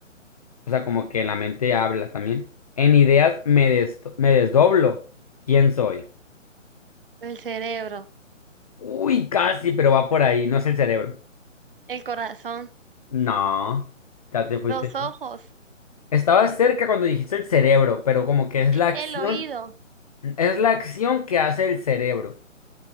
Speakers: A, on the left; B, on the right.
A: o sea, como que en la mente habla también. En ideas me, desto- me desdoblo. ¿Quién soy?
B: El cerebro,
A: Uy, casi, pero va por ahí, no es el cerebro.
B: el corazón,
A: No, ya te fuiste.
B: los ojos,
A: Estaba cerca cuando dijiste el cerebro, pero como que es la acción,
B: el oído,
A: es la acción que hace el cerebro.